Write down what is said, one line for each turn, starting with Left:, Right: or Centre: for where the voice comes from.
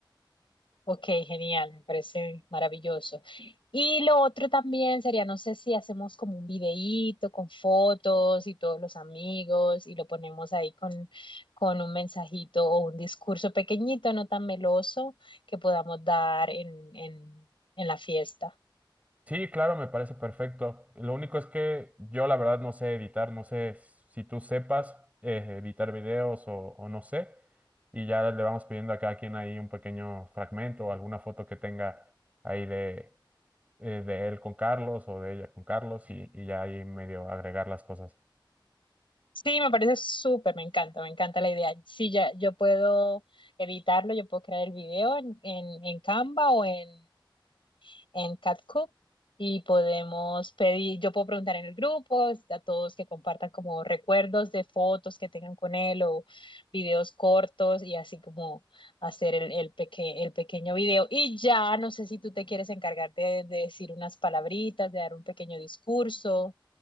Left: Ok, genial, me parece maravilloso. Y lo otro también sería, no sé si hacemos como un videíto con fotos y todos los amigos y lo ponemos ahí con, con un mensajito o un discurso pequeñito, no tan meloso, que podamos dar en, en, en la fiesta.
Right: Sí, claro, me parece perfecto. Lo único es que yo la verdad no sé editar, no sé si tú sepas eh, editar videos o, o no sé. Y ya le vamos pidiendo a cada quien ahí un pequeño fragmento o alguna foto que tenga ahí de, eh, de él con Carlos o de ella con Carlos y, y ya ahí medio agregar las cosas.
Left: Sí, me parece súper, me encanta, me encanta la idea. Sí, ya, yo puedo editarlo, yo puedo crear el video en, en, en Canva o en en CatCook y podemos pedir, yo puedo preguntar en el grupo a todos que compartan como recuerdos de fotos que tengan con él o videos cortos y así como hacer el, el, peque- el pequeño video. Y ya, no sé si tú te quieres encargar de, de decir unas palabritas, de dar un pequeño discurso.